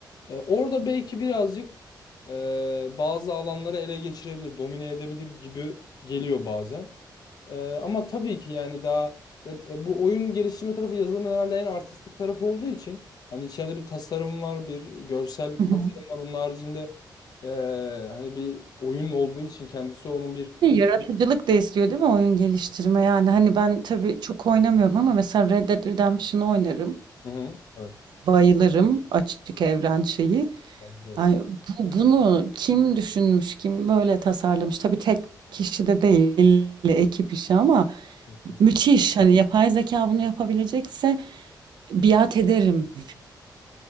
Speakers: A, on the left (about 60°); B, on the right (about 75°).
A: E, orada belki birazcık e, bazı alanları ele geçirebilir, domine edebilir gibi geliyor bazen. Ee, ama tabii ki yani daha e, e, bu oyun geliştirme tarafı yazılımın herhalde en artistik tarafı olduğu için hani içeride bir tasarım var, bir görsel tasarım
B: <laughs> Hı hı.
A: var. Onun haricinde e, hani bir oyun olduğu için kendisi onun bir
B: Yaratıcılık da istiyor değil mi oyun geliştirme yani hani ben tabii çok oynamıyorum ama mesela Red Dead Redemption'ı oynarım.
A: Hı hı. Evet.
B: Bayılırım açık evren şeyi.
A: Bence
B: Ay, bu, bunu kim düşünmüş, kim böyle tasarlamış? Tabii tek kişi de değil, ekip işi ama
A: de.
B: müthiş. Hani yapay zeka bunu yapabilecekse biat ederim.